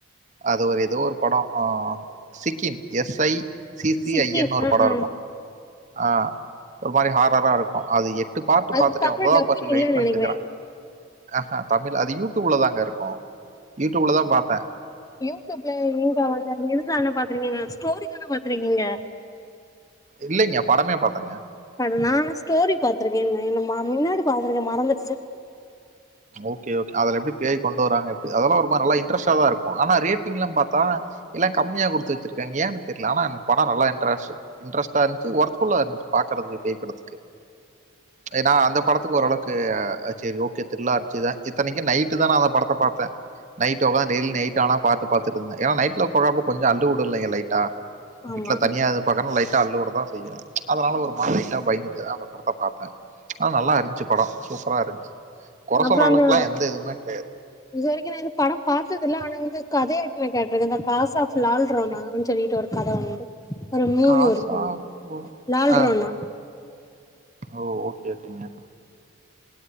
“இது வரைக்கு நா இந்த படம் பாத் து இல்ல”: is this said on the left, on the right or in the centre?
Left